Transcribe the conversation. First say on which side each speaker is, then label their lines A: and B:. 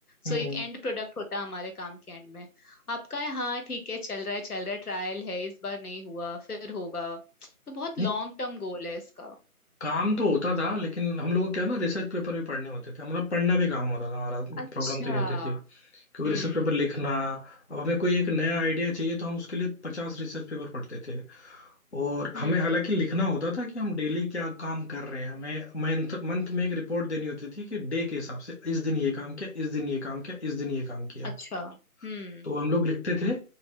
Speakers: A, on the left; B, on the left.
A: हम्म
B: सो एक एंड प्रोडक्ट होता है हमारे काम के एंड में आपका है हाँ ठीक है चल रहा है चल रहा है ट्रायल है इस बार नहीं हुआ फिर होगा तो बहुत
A: नहीं
B: लॉन्ग टर्म गोल है इसका
A: काम तो होता था लेकिन हम लोग को क्या ना रिसर्च पेपर भी पढ़ने होते थे मतलब पढ़ना भी काम होता था हमारा
B: अच्छा
A: प्रॉब्लम तो ये होती थी क्योंकि
B: हम्म
A: रिसर्च पेपर लिखना अब हमें कोई एक नया आइडिया चाहिए तो हम उसके लिए पचास रिसर्च पेपर पढ़ते थे और
B: हम्म
A: हमें हालांकि लिखना होता था कि हम डेली क्या काम कर रहे हैं हमें मंथ मंथ में एक रिपोर्ट देनी होती थी कि डे के हिसाब से इस दिन ये काम किया इस दिन ये काम किया इस दिन ये काम किया
B: अच्छा हम्म
A: तो हम लोग लिखते थे